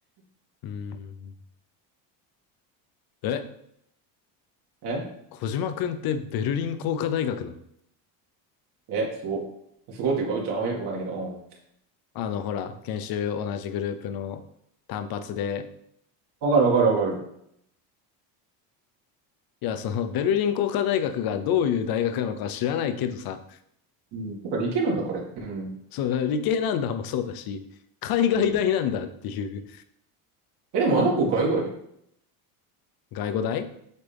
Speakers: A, on the left; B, on the right.
A: うーん。え、
B: た。え
A: 小島くんってベルリン工科大学なの
B: え、すご。すごっていうか、うちょあんまよくわかんないけど、うん。
A: あの、ほら、研修同じグループの単発で、
B: わかるわかるわかる。
A: いや、そのベルリン工科大学がどういう大学なのか知らないけどさ、
B: うん。だから理系なんだ、これ。うん。
A: その理系なんだもそうだし、海外大なんだっていう
B: うん。え、でもあの子、外語やで。
A: 外語大